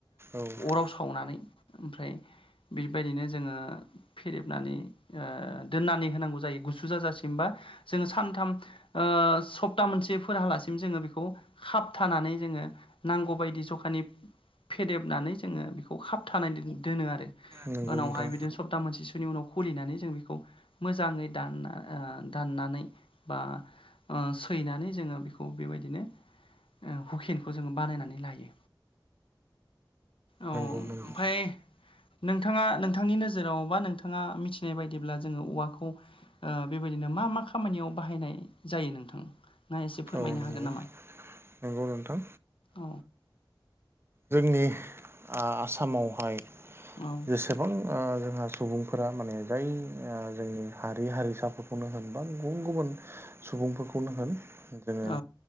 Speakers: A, on the right (about 30°); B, on the left (about 85°).
A: होयो
B: अराव
A: औ
B: सावनानै ओमफ्राय बेबायदिनो जोङो फेरेबनानै दोननानै होनांगौ जायो गुसु जाजासिमबा जोङो सानथाम स सपता मोनसे फोर हालासिम जोङो बेखौ खाबथानानै जोङो नांगौबायायदि जखानि फेदेबनानै जोङो बेखौ खाबथानानै दोनो आरो
A: नंगौ
B: उनावहाय
A: नोंथां
B: बिदिनो सप्ता मोनसेसोनि उनाव खलिनानै जों बेखौ मोजाङै दानना दाननानै बा सैनानै जोङो बेखौ बेबायदिनो हुकेनखौ जोङो बानायनानै लायो औ ओमाय
A: नंगौ नंगौ
B: नोंथाङा नोंथांनि नोजोराव बा नोंथाङा मिथि फिनाय बायदिब्ला जोङो औवाखौ बेबायदिनो मा मा खामानियाव बाहायनाय जायो नोंथां ना एसे फोरमायनो
A: औ नंगौ
B: हागोन नामा
A: नंगौ नोंथां
B: औ
A: जोंनि आसामावहाय
B: औ
A: जेसेबां जोंहा सुबुंफोरा माने जाय जोंनि हारि हारिसाफोर नो होन बा गुबुन गुबुन सुबुंफोरखौनो होन जोङो
B: औ